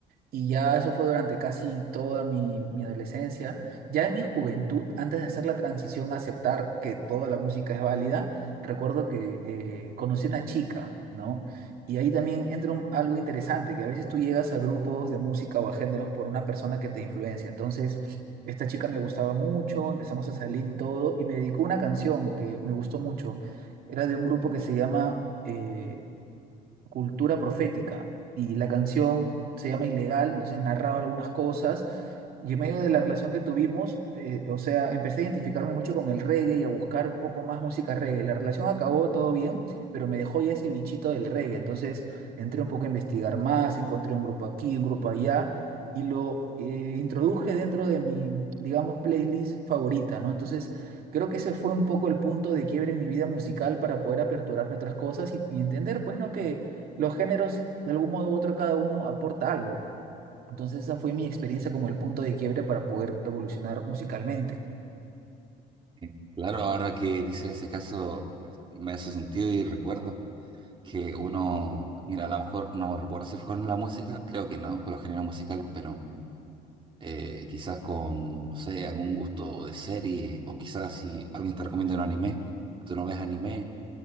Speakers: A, on the right; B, on the right.
A: Y ya eso fue durante casi toda mi, mi adolescencia. Ya en mi juventud, antes de hacer la transición a aceptar que toda la música es válida, recuerdo que eh, conocí una chica, ¿no? Y ahí también entra un- algo interesante, que a veces tú llegas a grupos de música o a géneros por una persona que te influencia. Entonces, esta chica me gustaba mucho, empezamos a salir y todo, y me dedicó una canción que me gustó mucho. Era de un grupo que se llama eh, cultura profética y la canción se llama Ilegal, entonces narraba algunas cosas y en medio de la relación que tuvimos, eh, o sea, empecé a identificarme mucho con el reggae y a buscar un poco más música reggae. La relación acabó todo bien, pero me dejó ya ese bichito del reggae, entonces entré un poco a investigar más, encontré un grupo aquí, un grupo allá. Y lo eh, introduje dentro de mi, digamos, playlist favorita, ¿no? Entonces, creo que ese fue un poco el punto de quiebre en mi vida musical para poder aperturarme a otras cosas y, y entender, pues, ¿no? Que los géneros, de algún modo u otro, cada uno aporta algo. Entonces esa fue mi experiencia como el punto de quiebre para poder evolucionar musicalmente.
B: Eh, Claro, ahora que dice ese caso, me hace sentido y recuerdo que uno, mira, a lo mejor no recuerdo si fue con la música, creo que no, con los géneros musicales, pero eh, quizás con, no sé, algún gusto de serie, o quizás si alguien te recomienda un anime, y tú no ves anime,